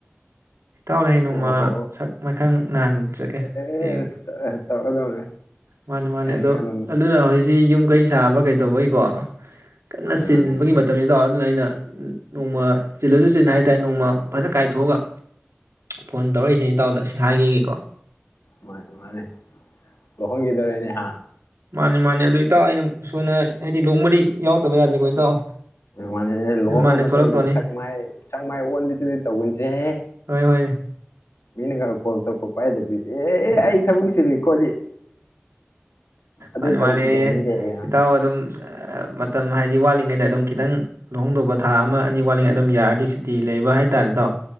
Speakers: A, on the right; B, on the left.
A: ꯏꯇꯥꯎꯗ ꯍꯌꯦꯡ
B: ꯑꯣ
A: ꯅꯣꯡꯃ
B: ꯑꯣ
A: ꯁꯛ ꯃꯥꯏꯈꯪ ꯅꯍꯟꯖꯒꯦ
B: ꯑꯣ
A: ꯍꯌꯦꯡ
B: ꯑꯦ ꯇꯧꯔꯗꯧꯅꯦ
A: ꯃꯥꯅꯤ ꯃꯥꯅꯤ
B: ꯍꯌꯦꯡ
A: ꯑꯗꯣ
B: ꯑꯗꯨꯝ
A: ꯑꯗꯨꯅ ꯍꯧꯖꯤꯛꯁꯤ ꯌꯨꯝ ꯀꯩ ꯁꯥꯥꯕ ꯀꯩ ꯇꯧꯕꯩꯀꯣ꯫ ꯀꯟꯅ
B: ꯃꯥꯅꯦ
A: ꯆꯤꯟꯕꯒꯤ
B: ꯃꯥꯅꯦ
A: ꯃꯇꯝꯅꯤ ꯏꯇꯥꯎ ꯑꯩꯅ ꯅꯣꯡꯃ ꯆꯤꯜꯂꯁꯨ ꯆꯤꯟꯅ ꯍꯥꯏꯇꯥꯔꯦ ꯅꯣꯡꯃ꯫ ꯀꯥꯏꯊꯣꯛꯑꯒ ꯐꯣꯟ ꯇꯧꯔꯛꯏꯁꯤꯅꯤ ꯏꯇꯥꯎꯗ ꯁꯤ ꯍꯥꯏꯒꯦꯒꯤ꯫
B: ꯃꯥꯅꯦ ꯃꯥꯅꯦ ꯂꯨꯍꯣꯡꯒꯤꯗꯣꯔꯦ ꯍꯥ꯫
A: ꯃꯥꯅꯦ ꯃꯥꯅꯦ ꯑꯗꯨ ꯏꯇꯥꯥꯎ ꯑꯩꯅ ꯁꯣꯟꯗ ꯍꯥꯏꯗꯤ ꯂꯨꯍꯣꯡꯕꯗꯤ ꯌꯥꯎꯇꯗ ꯌꯥꯗꯦꯀꯣ ꯏꯇꯥꯎ꯫
B: ꯃꯥꯅꯦ ꯂꯨꯍꯣꯡꯒ
A: ꯃꯥꯅꯦ
B: ꯃꯇꯨꯡꯗ
A: ꯊꯣꯛꯂꯛꯇꯧꯅꯤ
B: ꯁꯛ ꯃꯥꯏ ꯁꯛ ꯃꯥꯏ ꯑꯣꯟꯕꯗꯨꯗꯤ ꯇꯧꯒꯟꯁꯦꯍꯦ꯫
A: ꯍꯣꯏ ꯍꯣꯏ
B: ꯃꯤꯅꯒ ꯀꯣꯜ ꯇꯧꯛꯄ ꯄꯥꯏꯕꯤ ꯑꯦ ꯑꯩ ꯊꯕꯛ ꯁꯤꯜꯂꯤ ꯈꯣꯠꯂꯤ꯫ ꯑꯗꯨꯏ
A: ꯃꯥꯅꯤ
B: ꯊꯕꯛꯇꯨꯗꯤ
A: ꯃꯥꯅꯤ
B: ꯍꯩꯅꯗꯦ ꯑꯩ
A: ꯏꯇꯥꯎ ꯑꯗꯨꯝ ꯑ ꯃꯇꯝ ꯍꯥꯏꯗꯤ ꯋꯥꯠꯂꯤꯉꯩꯗ ꯑꯗꯨꯝ ꯈꯤꯇꯪ ꯂꯨꯍꯣꯡꯗꯧꯕ ꯊꯥ ꯑꯃ ꯑꯅꯤ ꯋꯥꯠꯂꯤꯉꯩ ꯑꯗꯨꯝ ꯌꯥꯔꯗꯤ ꯁꯨꯇꯤ ꯂꯩꯕ ꯍꯥꯏꯇꯥꯥꯔꯦ ꯏꯇꯥꯎ꯫